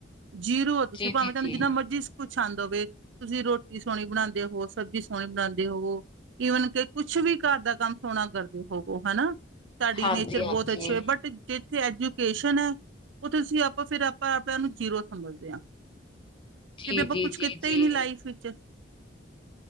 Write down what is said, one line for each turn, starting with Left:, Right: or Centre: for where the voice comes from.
Right: ਜੀਰੋ ਤੁਸੀਂ
Left: ਜੀ
Right: ਭਾਵੇਂ
Left: ਜੀ
Right: ਤੁਹਾਨੂੰ
Left: ਜੀ
Right: ਜਿੰਨਾ ਮਰਜ਼ੀ ਕੁਛ ਆਉਂਦ ਹੋਵੇ। ਤੁਸੀਂ ਰੋਟੀ ਸੋਹਣੀ ਬਣਾਉਂਦੇ ਹੋ ਸਬਜ਼ੀ ਸੋਹਣੀ ਬਣਾਉਂਦੇ। ਕਰਦੇ ਰਹੋ ਈਵਨ ਕਿ ਕੁਛ ਵੀ ਘਰ ਦਾ ਕੰਮ ਸੋਹਣਾ ਕਰਦੇ ਹੋਵੋ ਹਨਾ। ਸਾਡੀ
Left: ਹਾਂਜੀ
Right: ਨੇਚਰ ਬਹੁਤ
Left: ਹਾਂਜੀ
Right: ਅੱਛੀ ਹੋਏ ਬਟ ਜਿੱਥੇ ਐਜੂਕੇਸ਼ਨ ਹੈ। ਉੱਥੇ ਅਸੀਂ ਆਪਾਂ ਫਿਰ ਆਪਾਂ ਆਪਾਂ ਨੂੰ ਜੀਰੋ ਸਮਝਦੇ ਹਾਂ।
Left: ਜੀ,
Right: ਕਿ ਵੀ ਆਪਾਂ
Left: ਜੀ,
Right: ਕੁਛ
Left: ਜੀ,
Right: ਕੀਤਾ
Left: ਜੀ
Right: ਹੀ ਨਹੀਂ ਲਾਈਫ ਵਿੱਚ।